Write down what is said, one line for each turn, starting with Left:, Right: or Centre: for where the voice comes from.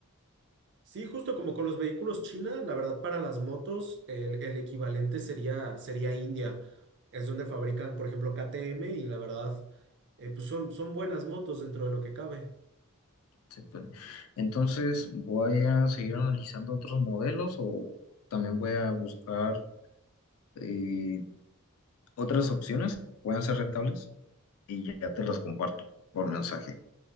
Right: Sí, justo como con los vehículos China, la verdad para las motos el, el equivalente sería, sería India. Es donde fabrican, por ejemplo, KTM y la verdad, eh, pues son, son buenas motos dentro de lo que cabe.
Left: Sí, pues. Entonces, voy a seguir analizando otros modelos o también voy a buscar eh, otras opciones que puedan ser rentables y ya te las comparto por mensaje.